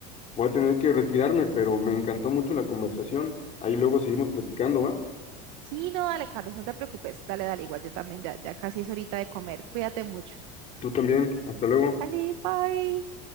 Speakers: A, on the left; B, on the right.
A: Voy a tener que retirarme, pero me encantó mucho la conversación. Ahí luego seguimos platicando, ¿va?
B: Sí, no, dale, Carlos, no te preocupes. Dale, dale, igual yo también ya, ya casi es horita de comer. Cuídate mucho.
A: Tú también. Hasta luego.
B: Dale, bye.